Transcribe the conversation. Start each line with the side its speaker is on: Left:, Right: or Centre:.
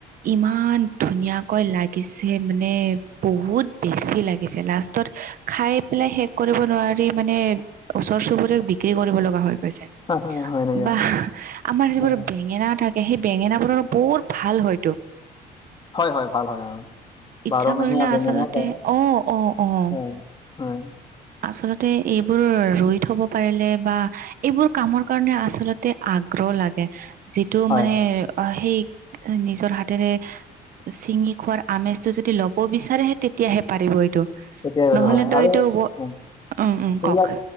Right: ইমান ধুনীয়াকৈ লাগিছে মানে বহুত বেছি লাগিছে লাষ্ট তত খাই পেলাই শেষ কৰিব নোৱাৰি মানে ওচৰ - চুবুৰীয়াক বিক্ৰী কৰিব লগা হৈ গৈছে।
Left: হয় হয় হয় নেকি হয় হয়
Right: বা আমাৰ যিবোৰ
Left: হয়
Right: বেঙেনা থা সেই বেঙেনাবোৰৰ বহুত ভাল হয়তো।
Left: হয় হয় ভাল হয় অ,
Right: ইচ্ছা
Left: বাৰ মাহীয়া
Right: কৰিলে
Left: বেঙেনাও
Right: আচলতে
Left: পায়
Right: অ', অ', অ',
Left: হয়। উম।
Right: আচলতে এইবোৰ ৰুই থব পাৰিলে বা এইবোৰ কামৰ কাৰণে আচলত তে আগ্ৰহ লাগে যিটো
Left: হয়
Right: মানে সেই এ নিজৰ হাতেৰে চিঙি খোৱাৰ আমেজটো যদি ল'ব বিচাৰেহে তেতিয়াহে পাৰিব এইটো।
Left: তেতিয়াই বাৰু
Right: নহলেতো
Left: হয় আৰু
Right: এইটো
Left: উম।
Right: উম উম
Left: সেইবিলাক।
Right: কওক